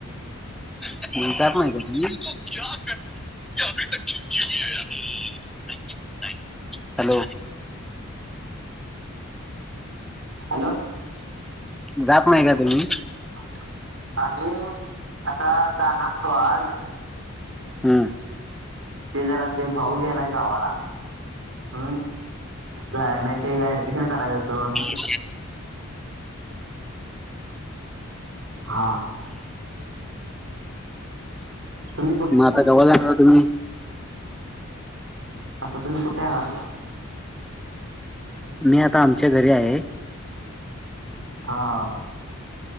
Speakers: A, in the centre; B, on the right.
A: <unintelligible> <unintelligible> हॅलो.
B: हॅलो
A: जात नाही का तुम्ही?
B: <unintelligible> आता जाणार होतो आज.
A: हम्.
B: ते जरा ते भाऊ गेलाय गावाला. <unintelligible>
A: <unintelligible> <unintelligible>
B: हा तुम्ही
A: मग आता गावाला आहात का तुम्ही?
B: असस तुम्ही कुठे आहात?
A: मी आता आमच्या घरी आहे.
B: हा हा.